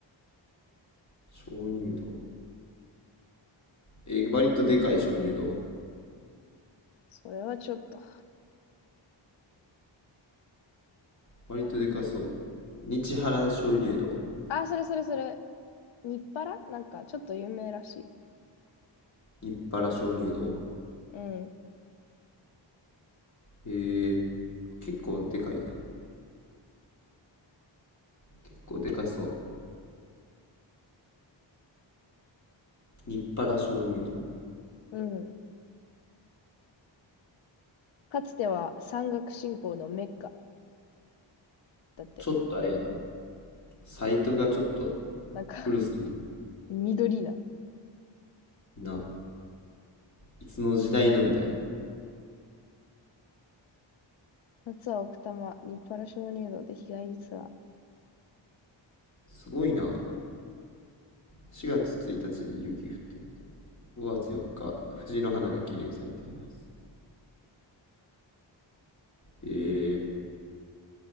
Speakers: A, on the left; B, on the left.
A: 鍾乳洞。えー割とでかい鍾乳洞。
B: それはちょっと、
A: 割とでかそう。
B: あ、
A: 日原鍾乳洞。
B: あ、それそれそれ、日原なんかちょっと有名らしい。
A: 日原鍾乳洞。
B: うん、
A: えー、結構でかいやん。結構でかそう。日原鍾乳洞。
B: うん。かつては山岳信仰のメッカだって。
A: ちょっとあれやな。サイトがちょっと
B: なんか
A: 古すぎる
B: <laughs> 緑な。
A: な。いつの時代のみたいな。
B: 夏は奥多摩、日原鍾乳洞で日帰りツアー。
A: すごいな。4月1日で雪降ってる。5月4日、藤の花が綺麗に咲いています。えー、